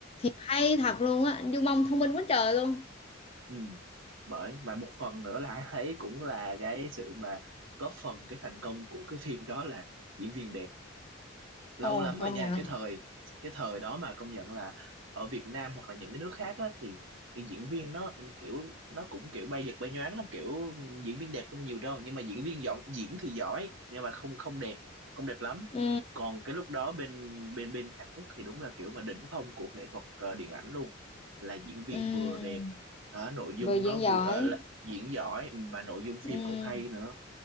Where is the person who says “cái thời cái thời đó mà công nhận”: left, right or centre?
Right